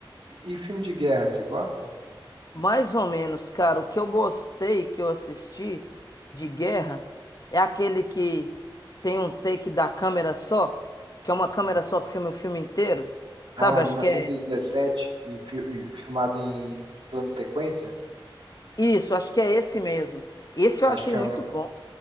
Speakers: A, on the right; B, on the left.
A: E, e filme de guerra, você gosta?
B: Mais ou menos, cara, o que eu gostei que eu assisti de guerra é aquele que tem um take da câmera só, que é uma câmera
A: Hum.
B: só que filma o filme inteiro. Sabe,
A: Ah,
B: acho
A: 1917,
B: que é
A: em fi- em- filmado em plano sequência?
B: Isso, acho que é esse mesmo. Esse eu
A: Acho
B: achei
A: que é,
B: muito
A: um-
B: bom.